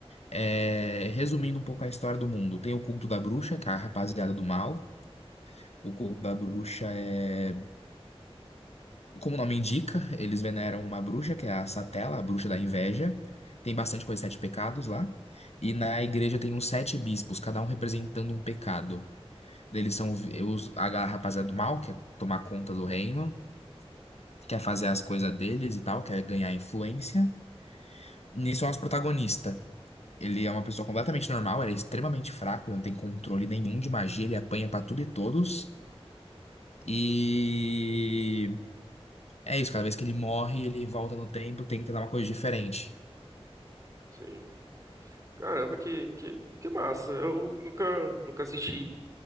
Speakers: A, on the left (about 80°); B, on the right (about 30°).
A: é, resumindo um pouco a história do mundo, tem o culto da bruxa, que é a rapaziada do mal. O culto da bruxa é Como o nome indica, eles veneram uma bruxa, que é a Satela, a bruxa da inveja. Tem bastante coisa, sete pecados lá. E na igreja tem uns sete bispos, cada um representando um pecado. Eles são vi- os, a rapaziada do mal, que é tomar conta do reino, quer fazer as coisas deles e tal, quer ganhar influência. Nisso é o nosso protagonista. Ele é uma pessoa completamente normal, ele é extremamente fraco, ele não tem controle nenhum de magia, ele apanha pra tudo e todos. E. É isso, cada vez que ele morre, ele volta no tempo, tem que tentar uma coisa diferente.
B: Sim. Caramba, que, que, que massa. Eu nunca, nunca assisti.